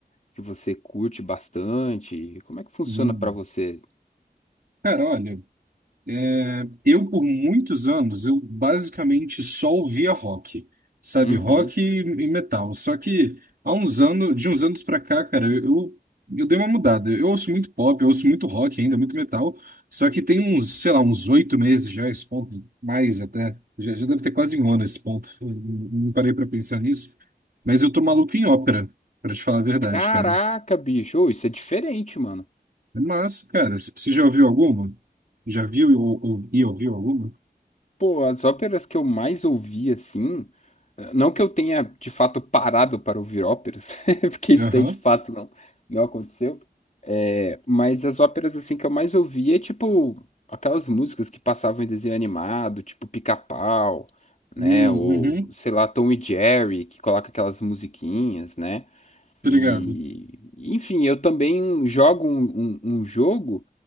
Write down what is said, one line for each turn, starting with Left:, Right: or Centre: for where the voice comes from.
Left: que você curte bastante, como é que funciona
Right: Hum.
Left: pra você?
Right: Cara, olha, É, eu, por muitos anos, eu basicamente só ouvia rock, sabe?
Left: Uhum.
Right: Rock e, e metal. Só que há uns anos, de uns anos pra cá, cara, eu, eu dei uma mudada. Eu ouço muito pop, eu ouço muito rock ainda, muito metal. Só que tem uns, sei lá, uns oito meses já, esse ponto, mais até. Já, já deve ter quase um ano esse ponto. Eu Não parei pra pensar nisso. Mas eu tô maluco em ópera, pra te falar a verdade,
Left: Caraca,
Right: cara.
Left: bicho, ô, isso é diferente, mano.
Right: Mas, cara, c- você já ouviu alguma? Já viu ou, ou, e ouviu alguma?
Left: Pô, as óperas que eu mais ouvi, assim, eh, não que eu tenha de fato parado para ouvir óperas, <laughs> porque isso
Right: Aham.
Left: daí de fato não, não aconteceu, eh, mas as óperas, assim, que eu mais ouvi é tipo aquelas músicas que passavam em desenho animado, tipo Pica-Pau, né,
Right: Hum,
Left: ou
Right: uhum,
Left: sei lá, Tom e Jerry, que coloca aquelas musiquinhas, né, e,
Right: obrigado.
Left: enfim, eu também jogo um, um- um jogo